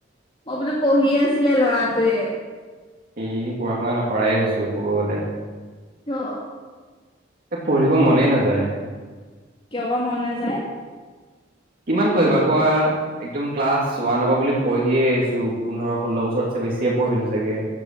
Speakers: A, on the left; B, on the right.
A: অ বোলো পঢ়ি আছিলে ল'ৰাটোৱে
B: এই পঢ়া শুনা নকৰাই হৈছো কবলে
A: অ
B: পঢ়িব মনেই নাযায়
A: কিয় বা মন নাযায়
B: কিমান পঢ়িবা কোৱা একদম ক্লাছ ওৱানৰ পৰা বুলি পঢ়িয়ে আহিছো পোন্ধৰ ষোল্ল বছৰতছে বেছিয়ে পঢ়িলো চাগে।